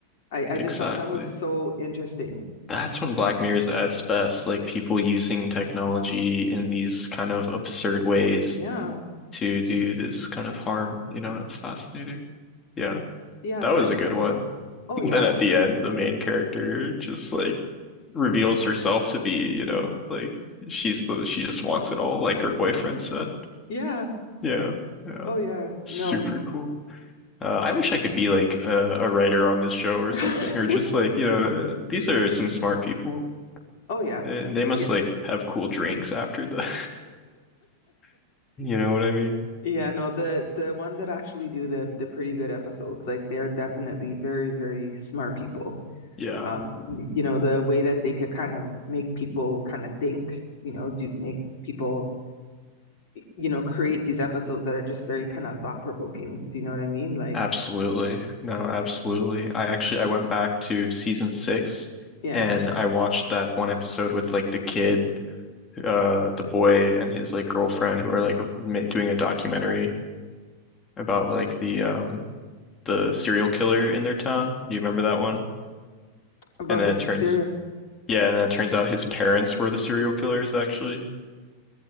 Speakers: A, on the left (about 50°); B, on the left (about 25°).
A: I, I
B: Exactly.
A: just thought that was so interesting.
B: That's when Black Mirror's at its best, like people using technology in these kind of absurd ways
A: Yeah.
B: to do this kind of harm. You know, that's fascinating. Yeah.
A: Yeah,
B: That
A: but
B: was a good one. <laughs>
A: oh
B: And
A: yeah.
B: then at the end, the main character just like reveals herself to be, you know, like she's the she just wants it all, like her boyfriend said.
A: Yeah.
B: Yeah, yeah,
A: Oh yeah.
B: super
A: No.
B: cool. Uh, I wish I could be like a, a writer on this show or
A: <laughs>
B: something, or just like, you know, uh, these are some smart people,
A: Oh yeah.
B: and they must
A: Yeah.
B: like have cool drinks after the, <laughs> you know what I mean?
A: Yeah, no, the the ones that actually do the the pretty good episodes, like they're definitely very, very smart people.
B: Yeah.
A: Um, y- you know, the way that they could kind of make people kind of think, you know, do make people, you know, create these episodes that are just very kind of thought provoking. Do you know what I mean? Like,
B: Absolutely. No, absolutely. I actually I went back to season six
A: yeah.
B: and I watched that one episode with like the kid, uh the boy and his like girlfriend who are like ma- doing a documentary about like the um the serial killer in their town. Do you remember that one?
A: About
B: And then
A: the
B: it
A: serial.
B: turns yeah, and then it turns out his parents were the serial killers actually. Do